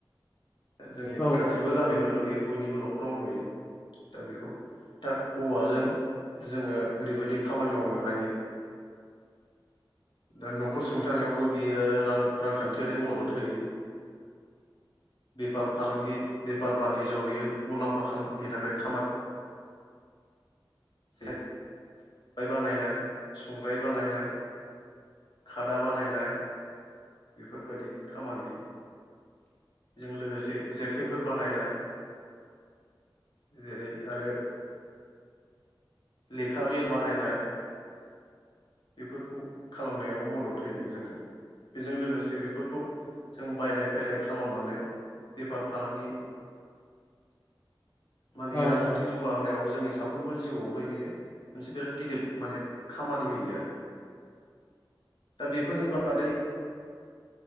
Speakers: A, on the left; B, on the left.
A: दा जोंनि
B: औ
A: गासिबो गामियावनो नुयो बयनिबो न' । खराव नुयो दा बेखौ दा औवाजों। जोङो ओरैबायदि खामानि मावनो हायो। दा न'खर सुंथानायावबो बियो आरो रां-रांखान्थियारि मदद होयो। बेफार- फालांगि बेफार बानिज्य'आव बियो मुलाम्फानि थाखाय खामानि। जे खबाय बानायनाय संग्राय बानायनाय। खादा बानायनाय बेफोरबायदि खामानि होयो। जों लोगोसे जेखाइफोर बानायनाय जेरै आरो लेखा बिल बानायनाय बेफोरखौ खालामनायाव मदद होयो जोंनो बेजों लोगोसे बे बेफोरखौ जों बायलाय फायलाय खालामनानै बेफार फालांगि माने
B: औ
A: रांखान्थि
B: औ
A: जौ गा होनायाव जोंनि साफ्रोमबो जिउआवहाय बियो मोनसे बिराद गिदिर माने खामानि होयो आरो। दा बेफोरनि बादै।